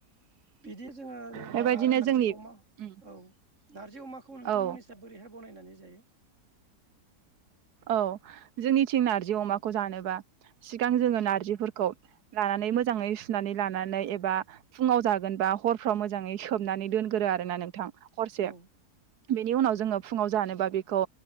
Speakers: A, on the right (about 45°); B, on the right (about 70°).
A: बिदि जोङो जेनेबा
B: बेबायदिनो
A: आरो नारजि
B: जोंनि
A: अमा
B: उम
A: औ नार्जि अमाखौ नोंथांमोननि
B: औ
A: साय बोरैहाय बानायनानै जायो?
B: औ जोंनिथिं नारजि अमाखौ जानोबा सिगां जोङो नारजिफोरखौ लानानै मोजाङै सुनानै लानानै एबा फुङाव जागोनबा हरफ्राव मोजाङै सोबनानै दोनगोरो आरोना नोंथां। हरसे
A: औ
B: बेनि उनाव जोङो फुङाव जानोबा बेखौ